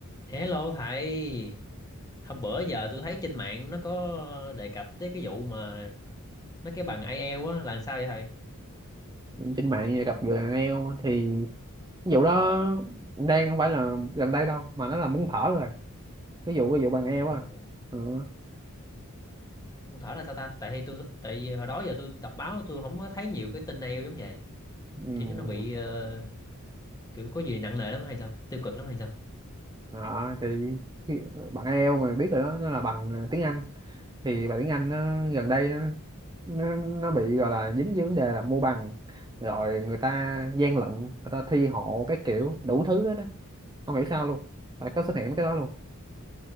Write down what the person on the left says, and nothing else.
Hello thầy, hôm bữa giờ tôi thấy trên mạng nó có đề cập tới cái vụ mà mấy cái bằng IELTS á là làm sao vậy thầy?
Ồ,
không thở là sao ta? Tại tôi tại vì hồi đó giờ tôi đọc báo tôi không có thấy nhiều cái tin IELTS giống vậy.
Kiểu nó bị ờ, kiểu có gì nặng nề lắm hay sao? Tiêu cực lắm hay sao?